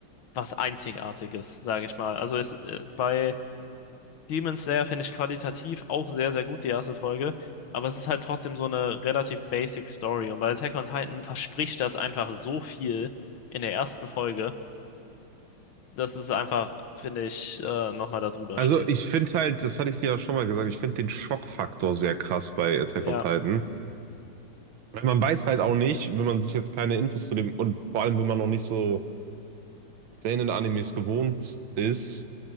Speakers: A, on the left (about 75°); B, on the right (about 70°).
A: was Einzigartiges, sage ich mal. Also es, äh, bei Demon Slayer finde ich qualitativ auch sehr, sehr gut die erste Folge, aber es ist halt trotzdem so eine relativ basic Story. Und bei Attack on Titan verspricht das einfach so viel in der ersten Folge, dass es einfach, finde ich, äh, nochmal da drüber
B: Also
A: steht.
B: ich finde halt, das hatte ich dir ja schon mal gesagt, ich finde den Schockfaktor sehr krass bei Attack
A: Ja,
B: on Titan. Weil man weiß halt auch nicht, wenn man sich jetzt keine Infos zu dem, und vor allem, wenn man noch nicht so Seinen-Animes gewohnt ist,